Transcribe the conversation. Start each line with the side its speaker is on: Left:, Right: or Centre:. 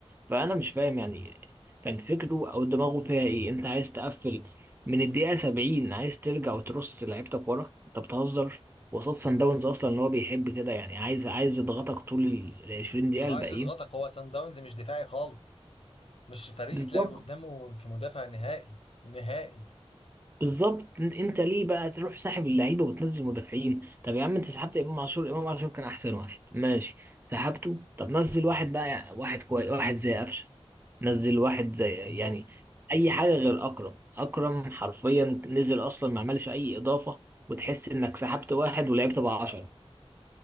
Right: فانا مش فاهم يعني كان فكره او دماغه فيها ايه انت عايز تقفل من الدقيقه 70 عايز ترجع وترص لعيبتك ورا انت بتهزر وقصاد سان داونز اصلا اللي هو بيحب كده يعني عايز عايز يضغطك طول ال ال 20 دقيقه
Left: هو
Right: الباقيين
Left: عايز يضغطك هو سان داونز مش دفاعي خالص مش فريق
Right: بالظبط
Left: يتلعب قدامه كمدافع نهائي نهائي
Right: بالظبط انت أنت ليه بقى تروح ساحب اللعيبه وتنزل مدافعين طب يا عم انت سحبت امام عاشور امام عاشور كان احسن واحد ماشي سحبته طب نزل واحد بقى واحد كويس واحد زي قفشه نزل واحد زي
Left: بالظبط
Right: يعني اي حاجه غير اكرم اكرم حرفيا نزل اصلا ما عملش اي اضافه وتحس انك سحبت واحد ولعبت بقى 10